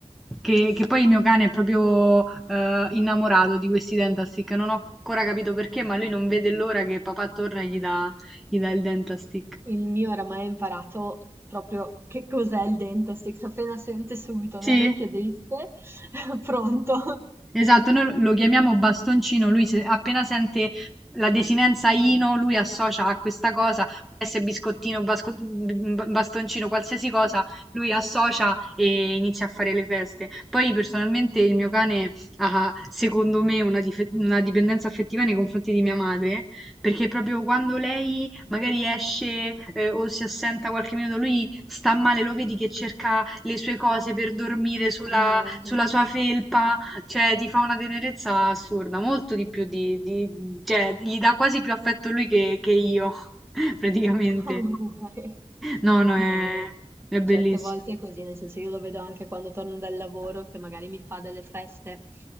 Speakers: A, in the centre; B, on the right.
A: Che, che poi il mio cane è proprio eh, innamorato di questi dentastick. Non ho ancora capito perché, ma lui non vede l'ora che papà torna e gli dà, gli dà il dentastick.
B: Il mio oramai ha imparato proprio che cos'è il dentistix, appena sente subito
A: Sì?
B: le orecchie dritte, <laughs> pronto.
A: Esatto, noi lo chiamiamo bastoncino, lui se- appena sente la desinenza Ino, lui associa a questa cosa, può essere biscottino, basco- b- b- bastoncino, qualsiasi cosa, lui associa e inizia a fare le feste. Poi personalmente il mio cane ha, secondo me, una, dife- una dipendenza affettiva nei confronti di mia madre, perché proprio quando lei magari esce eh, o si assenta qualche minuto, lui sta male, lo vedi che cerca le sue cose per dormire sulla
B: Amore,
A: sulla sua felpa cioè, ti fa una tenerezza assurda, molto di più di, di- cioè, gli dà quasi più affetto lui che, che io, <laughs> praticamente.
B: amore.
A: No, no, è,
B: No, ma
A: è bellissimo.
B: certe volte è così, nel senso io lo vedo anche quando torno dal lavoro che magari mi fa delle feste,